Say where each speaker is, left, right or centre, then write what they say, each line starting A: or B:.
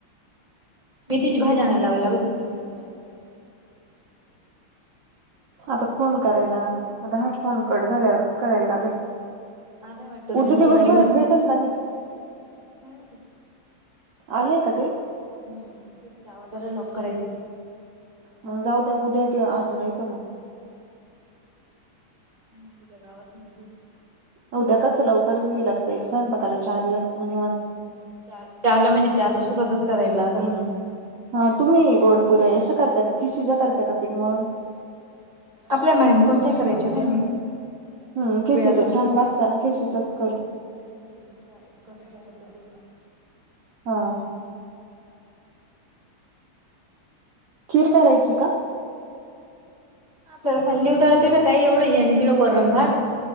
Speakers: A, on the right; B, on the right.
A: मैथी ती भाजी लावावे लागत त
B: आता फोन करायला
A: आणाय
B: आता हा फोन कड झाल्यावरच करायला लागेल
A: आणाय वाटतं गं
B: उद्या
A: मोठी
B: दिवसभरात
A: गाडी घेऊन आली
B: भेटेल का नाही
A: काय माहिती
B: आले का ते
A: हम्म फ आवाजला लॉक करायचा
B: मग जाऊ उद्या घेऊ आणून
A: आला.
B: मग
A: <unintelligible>
B: उद्या कसं लवकरच ववी लागता येईल स्वयंपाकाला चार लच म्हणे
A: चार चार ला म्हणजे चार ला सुरुवातच करायला लागेल मग
B: हा तुम्ही गोडपुऱ्या अशा करता्या का खिशीच्याा करता्या का पीठ म्हणून
A: आपल्या मनाने कोणत्याही करायच काय नाही
B: हम् खेशीच्या
A: वेळ अस तर
B: छान
A: तिची
B: लागत ना खेशीच्याच करू
A: <unintelligible>
B: हा खीर करायची का
A: आपल्याला खाली न उदााला तिडं काही एवढं आहे आणि तिडं वरम भात